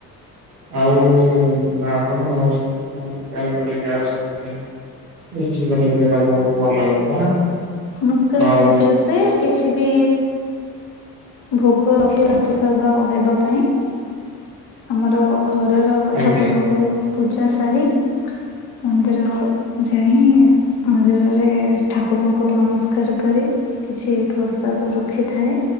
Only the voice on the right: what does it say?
ଆଉ ଆପଣ ନମସ୍କାର କରିକି ଆସଛନ୍ତି। <unintelligible> ବହୁତ ଭଲ କଥା।
ଆଉ
ଆଜ୍ଞା